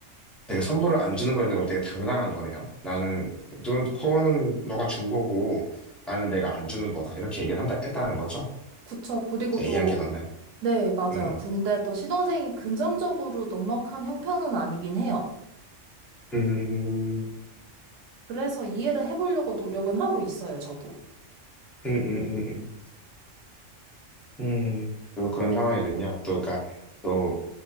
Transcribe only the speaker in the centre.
되게 선물을 안 주는 거에 대해서 되게 당당한 거네요. 나는, 넌, 그거는 너가 준 거고, 나는 내가 안 주는 거다. 이렇게 얘기를 한다, 했다는 거죠?
제가
이해한 게 맞나요?
음,
음, 음,
음, 음, 음, 음. 음, 그래서 그런 상황이군요. 또, 그러니까, 또,